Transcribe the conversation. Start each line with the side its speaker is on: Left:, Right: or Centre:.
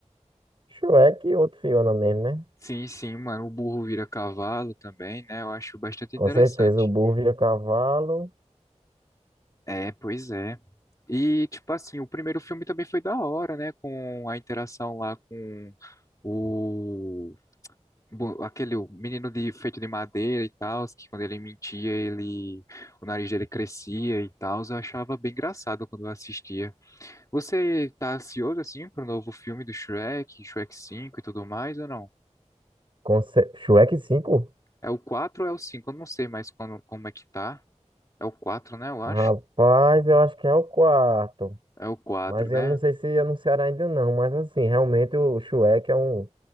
Right: Shrek e outro Fiona mesmo, né?
Left: sim, sim, mano. O burro vira cavalo também, né? Eu acho bastante
Right: Com
Left: interessante.
Right: certeza, o burro vira cavalo.
Left: É, pois é. E, tipo assim, o primeiro filme também foi da hora, né? Com a interação lá com o Bo- Aquele o menino de feito de madeira e tal, que quando ele mentia, ele o nariz dele crescia e tal, eu achava bem engraçado quando eu assistia. Você tá ansioso assim pro novo filme do Shrek, Shrek 5 e tudo mais ou não?
Right: Com cer- Shrek 5?
Left: É o 4 ou é o cinco Eu não sei mais quando- como é que tá. É o quatro né, eu acho.
Right: Rapaz, eu acho que é o quarto.
Left: É o quatro
Right: Mas
Left: né?
Right: eu não sei se anunciaram ainda não. Mas assim, realmente o Shrek é um.